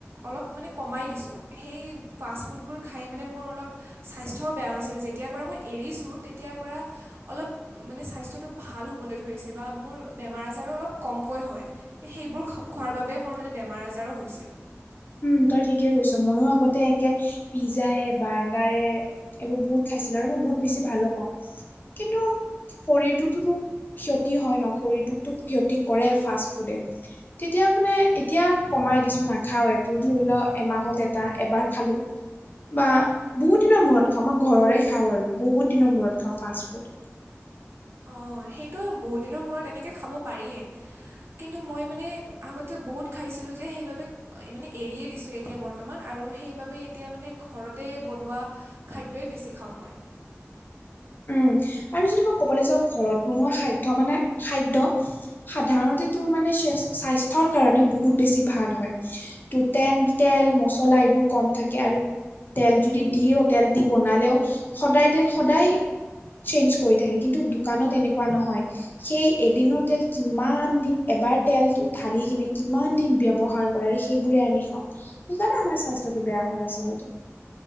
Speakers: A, on the right; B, on the left.
A: অলপ মানে কমাই দিছোঁ সেই ফাষ্ট ফুডবোৰ খাই মানে মোৰ অলপ স্বাস্থ্যও বেয়া হৈছিল, যেতিয়াৰ পৰা মই এৰিছোঁ তেতিয়াৰ পৰা অলপ মানে স্বাস্থ্যটো ভাল হ'বলৈ ধৰিছে বা মোৰ বেমাৰ-আজাৰো অলপ কমকৈ হয়। সেইবোৰ খোৱাৰ বাবে মোৰ মানে বেমাৰ-আজাৰো হৈছিল।
B: উম তই ঠিকে কৈছ মইয়ো আগতে একে পিজ্জাই বাৰ্গাৰে এইবোৰ বহুত খাইছিলো আৰু মই বহুত বেছি ভালো পাওঁ। কিন্তু শৰীৰটোতোতো ক্ষতি হয় ন শৰীৰটোকতো ক্ষতি কৰে ফাষ্ট ফুডে। তেতিয়া মানে এতিয়া কমাই দিছো নাখাৱে। তোৰ ধৰি ল এমাহত এটা এবাৰ খালোঁ, বা বহুত দিনৰ মূৰত খাওঁ মই ঘৰৰে খাওঁ আৰু বহুত দিনৰ মূৰত খাওঁ ফাষ্ট ফুড।
A: অ সেইটো বহুতদিনৰ মূৰত এনেকে খাব পাৰেই। কিন্তু মই মানে আগতে বহুত খাইছিলোঁ যে সেইবাবে মানে এৰিয়ে দিছোঁ এতিয়া বৰ্তমান আৰু সেইবাবে এতিয়া মানে ঘৰতে বনোৱা খাদ্যই বেছি খাওঁ মই।
B: উম আৰু যদি মই ক'বলৈ যাওঁ ঘৰত বনোৱা খাদ্য মানে খাদ্য সাধাৰণতে তোৰ মানে স্বাস্থ্যৰ কাৰণে বহুত বেছি ভাল হয়। তোৰ তেন তেল মচলা এইবোৰ কম থাকে আৰু তেল যদি দিয়েও তেল দি বনালেও সদায় তেল সদায় চেঞ্জ কৰি থাকে, কিন্তু দোকানত এনেকুৱা নহয়, সেই এদিনৰ তেল কিমান দিন এবাৰ তেলটো ঢালি কিনে কিমান দিন ব্যৱহাৰ সেইবোৰে আমি খাওঁ। সেইকাৰণে আমাৰ স্বাস্থ্যটো বেয়া হয় আচলতে।